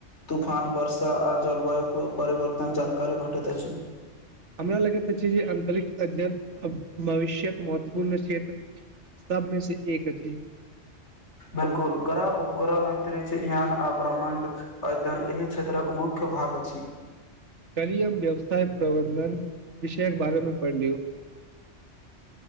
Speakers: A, on the left; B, on the right.
A: तूफान वर्षा आ जलवायुके परिवर्तन जानकारी भेटैत अछि।
B: हमरा लगैत अछि जे अंतरिक्ष अध्ययन भविष्य्यक महत्वपूर्ण क्षेत्र सबमे से एक अछि।
A: बिलकुल ग्रह उपग्रह अन्तरिक्ष यान आ ब्रह्मण्ड अध्ययन एहि क्षेत्रक मुख्य भाग अछि।
B: कली हम व्यवसाय प्रबन्धन विषयक बारेमे पढ़ लियौ